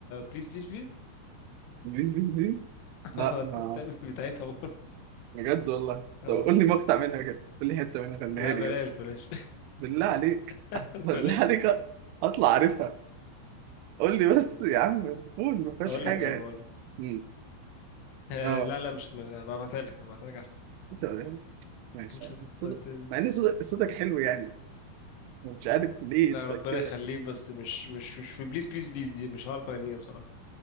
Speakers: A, on the left; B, on the right.
A: بليز بليز بليز
B: بيس بيس بيس
A: <laughs>
B: لا ما
A: بتاعتها برضه
B: بجد والله
A: اه
B: طب قول لي مقطع منها كده قول لي حته منها غنيها
A: لا بلاش
B: لي كده
A: بلاش
B: بالله عليك
A: <laughs>
B: <laughs> بالله
A: بلاش
B: عليك اطلع عارفها قول لي بس يا عم قول ما فيهاش
A: اقول
B: حاجه
A: لك يا عم
B: يعني
A: اقول لك
B: مم.
A: آه
B: اه
A: لا لا مش ما- هبعتها لك هبعتها لك احسن
B: انت ماشي
A: مش هتبقى
B: صدق
A: ت-
B: مع ان صدق صوتك حلو يعني مش عارف ليه
A: لا
B: انت
A: ربنا
B: كده
A: يخليك بس مش مش مش في بليز بليز بليز دي مش عارف اغنيها بصراحه